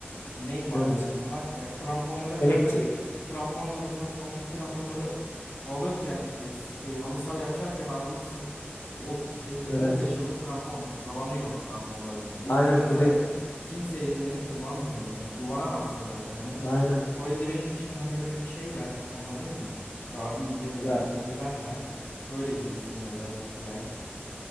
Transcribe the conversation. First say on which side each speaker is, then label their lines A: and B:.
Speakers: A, on the left; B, on the left.
A: Ne maliyetim
B: Evet.
A: var? Ya kramponlara zaten
B: Elektrik.
A: kramponları zaten oradaki kramponları alırken şey şey halı sahayı açarken almışsın. O şeyli 15
B: Evet.
A: yıllık krampon tabanı yok kramponların. Eldiven
B: Aynen.
A: zaten
B: Bir de
A: kimse eldiveni kullanmıyor. Yani kullanamazsın zaten. Hani
B: aynen.
A: o eldivenin içine hani böyle bir şey ver. Anladın mı? Daha ince böyle
B: Ya,
A: bir eldiven ver. Öyle giysin ya da giyen.